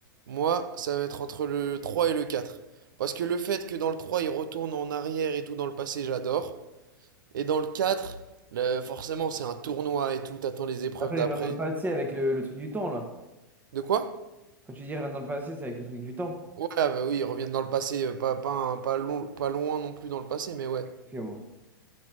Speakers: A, on the right (about 70°); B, on the right (about 15°).
A: Moi, ça va être entre le 3 et le 4, Parce que le fait que dans le 3 il retourne en arrière et tout dans le passé, j'adore. Et dans le 4, le- forcément, c'est un tournoi et tout, t'attends les épreuves
B: Attends,
A: d'après.
B: il revient dans le passé avec le, le truc du temps, là.
A: De quoi?
B: Quand tu dis il revient dans le passé, c'est avec le truc du temps.
A: Ouais, ah bah oui, ils reviennent dans le passé, euh, pas, pas, un- pas, long- pas loin non plus dans le passé, mais ouais.
B: Ok,